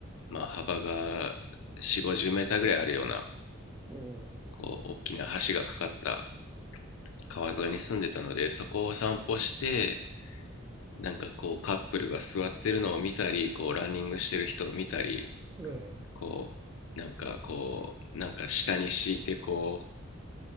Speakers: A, on the left; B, on the right.
A: まあ幅が4 5 0メーターぐらいあるような
B: お
A: こう大きな橋がかかった川沿いに住んでたのでそこを散歩してなんかこうカップルが座ってるのを見たりこうランニングしてる人を見たり
B: ーええ。
A: こうなんかこうなんか下に敷いてこ